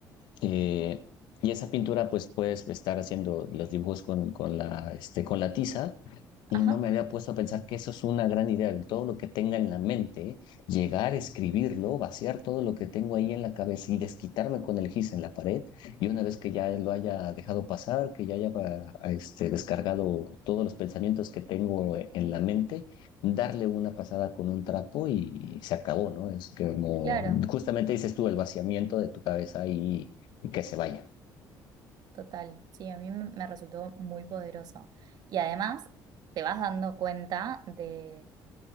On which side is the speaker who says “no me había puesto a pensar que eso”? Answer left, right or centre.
Left